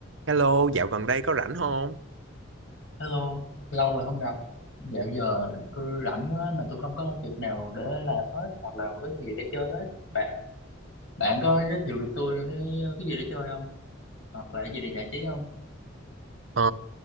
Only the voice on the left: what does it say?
Hello, lâu rồi không gặp. Dạo giờ tôi rảnh quá mà tôi không có công việc nào để làm hết hoặc là có cái gì để chơi hết. Bạn bạn có giới thiệu được tôi cái, cái gì để chơi không? Hoặc là cái gì để giải trí không?